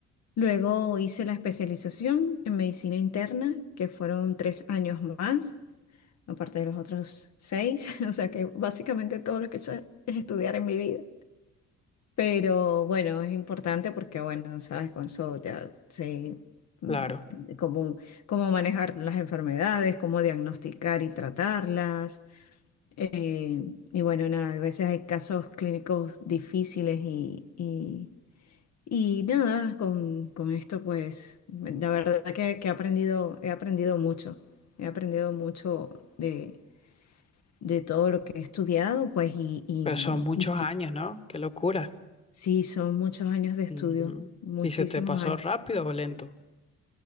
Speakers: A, on the left; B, on the left.
A: Luego hice la especialización en medicina interna, que fueron tres años más, aparte de los otros seis. <laughs> O sea que básicamente todo lo que he hecho es estudiar en mi vida. Pero bueno, es importante porque, bueno, sabes, con eso ya sé mm,
B: Claro,
A: cómo, cómo manejar las enfermedades, cómo diagnosticar y tratarlas. Eh, y bueno, nada, a veces hay casos clínicos difíciles y, y y nada, con, con esto pues, la verdad que, que he aprendido, he aprendido mucho, he aprendido mucho de, de todo lo que he estudiado, pues, y, y,
B: pero son muchos
A: y sí,
B: años, ¿no? Qué locura.
A: sí, son muchos años de estudio,
B: Ujú.
A: muchísimos
B: ¿Y se te pasó
A: años.
B: rápido o lento?